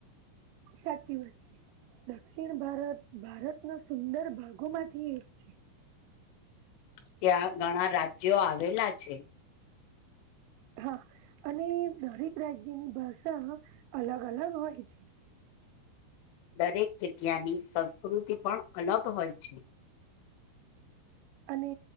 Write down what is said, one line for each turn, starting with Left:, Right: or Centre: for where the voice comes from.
Right: સાચી વાત છે. દક્ષિણ ભારત ભારતના સુંદર ભાગોમાંથી એક છે.
Left: ત્યાં ઘણા રાજ્યો આવેલા છે.
Right: હા અને દરેક રાજ્યની ભાષા અલગ અલગ હોય છે.
Left: દરેક જગ્યાની સંસ્કૃતિ પણ અલગ હોય છે.
Right: અને